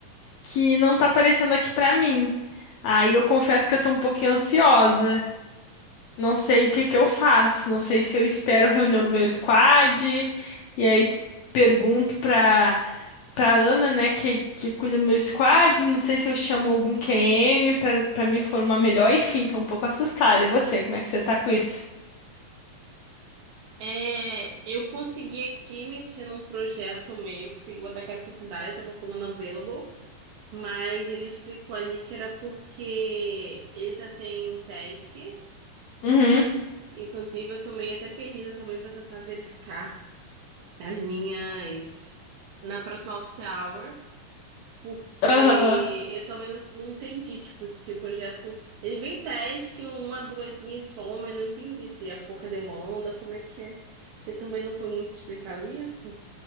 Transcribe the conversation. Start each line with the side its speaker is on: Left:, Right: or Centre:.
Left: Que não tá aparecendo aqui pra mim. Aí eu confesso que eu tô um pouquinho ansiosa. Não sei o que que eu faço, não sei se eu espero a reunião do meu squad, e aí pergunto pra, pra Ana, né, que, que cuida do meu squad, não sei se eu chamo algum QM pra, pra me formar melhor, enfim, tô um pouco assustada. E você, como é que você tá com isso?
Right: É, eu consegui aqui mexer num projeto meu, consegui botar que era secundária, estava como unavailable, mas ele explicou ali que era porque ele tá sem task.
Left: Uhum.
Right: Inclusive, eu tô meio até perdida também, vou tentar verificar as minhas na próxima office hour. Porque
Left: Aham.
Right: eu também não, não entendi, tipo, se o projeto. Ele vem teste que uma, duas e soma, eu não entendi se é pouca demanda, como é que é. Porque também não foi muito explicado isso.